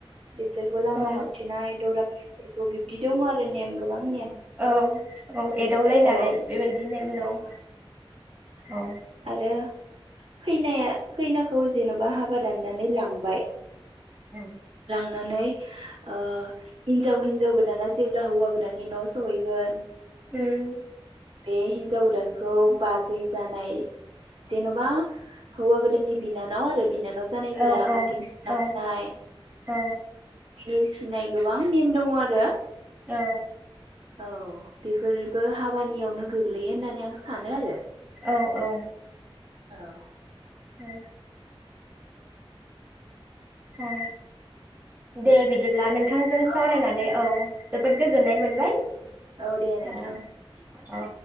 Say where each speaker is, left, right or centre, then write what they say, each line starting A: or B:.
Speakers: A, on the right; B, on the right.
A: बिसोरखौ लामा
B: औ
A: हावथिनाय दरा बिब्दि दङ आरो नेम गोबां नेम
B: औ औ एदावलायनाय
A: औ
B: बेबायदि नेम दं। औ
A: आरो खैनाया खैना खौ जेन'बा हाबा दाननानै लांबाय
B: औ।
A: नानै ओ हिनजाव हिनजाव गोदाना जेब्ला हौवा गोदाननि न' सहैगोन
B: उम।
A: बे हिनजाव गोदानखौ बाजै जानाय जेन'बा हौवा गोदाननि बिनानाव आरो बिनानाव जानायफोरा
B: औ औ
A: आथिं सुना
B: औ
A: होनाय।
B: औ।
A: नेवसिनाय गोबां नेम दङ आरो।
B: औ।
A: औ बेफोरबो हाबा नियावनो गोग्लैयो होननानै आं सा सानो आरो।
B: औ औ।
A: औ।
B: औ। औ। दे बिदिब्ला नोंथांजों
A: औ
B: सावरायनानै औ जोबोद गोजोननाय मोनबाय।
A: औ दे नोंथां
B: ओ औ।